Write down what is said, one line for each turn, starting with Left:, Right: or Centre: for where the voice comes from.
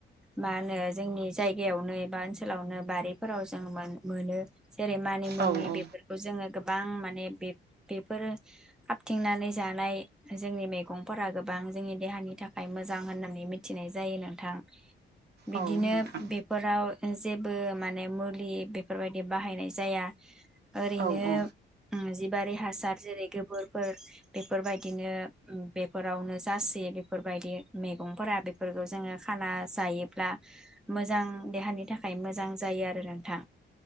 Centre: मा होनो जोंनि जायगायावनो एबा ओनसोलावनो बारिफोराव जों मोन-मोनो जेरै मानिमुनि
Right: औ औ
Centre: बेफोरखौ जोंङो गोबां मान माने बे-बेफोरो खाबथिंनानै जानाय जोंनि मैगंफोरा गोबां जोंनि देहानि थाखाय मोजां होननानै मिथिनाय जायो नोंथां बिदिनो
Right: औ नोंथां
Centre: बेफोराव जे बो माने मुलि बेफोरबायदि बाहायनाय जाया ओरैनो
Right: औ औ
Centre: ओ जिबारि हासार जेरै गोबोर फोर बेफोरबायदिनो बेफोरावनो जासियो बेफोरबायदि मैगंफोरा बेफोरखौ जोंङो खाना जायोब्ला मोजां देहानि थाखाय मोजां जायो आरो नोंथां